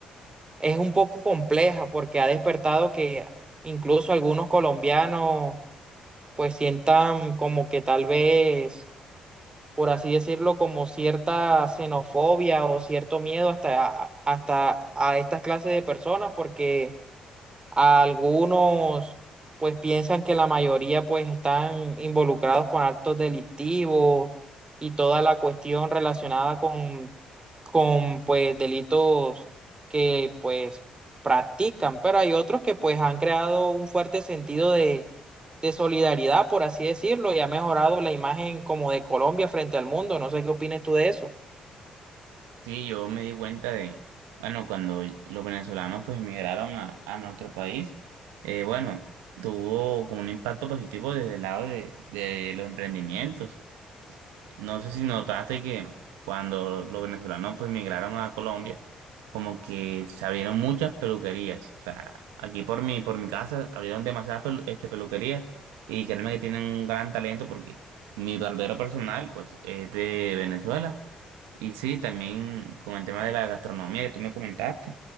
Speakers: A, on the right (about 25°); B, on the right (about 80°).
A: es un poco compleja porque ha despertado que incluso algunos colombianos pues sientan como que tal vez por así decirlo, como cierta xenofobia o cierto miedo hasta, hasta a estas clases de personas, porque algunos pues piensan que la mayoría pues están involucrados con actos delictivos y toda la cuestión relacionada con, con pues delitos que pues practican, pero hay otros que pues han creado un fuerte sentido de, de solidaridad, por así decirlo, y ha mejorado la imagen como de Colombia frente al mundo. No sé qué opinas tú de eso.
B: Sí, yo me di cuenta de, bueno, cuando los venezolanos pues emigraron a, a nuestro país, eh, bueno, tuvo como un impacto positivo desde el lado de, de los emprendimientos. No sé si notaste que cuando los venezolanos pues migraron a Colombia, como que se abrieron muchas peluquerías. O sea, aquí por mi, por mi casa abrieron demasiadas pelu- este, peluquerías y créeme que tienen un gran talento porque mi barbero personal pues es de Venezuela. Y sí, también con el tema de la gastronomía que tú me comentaste,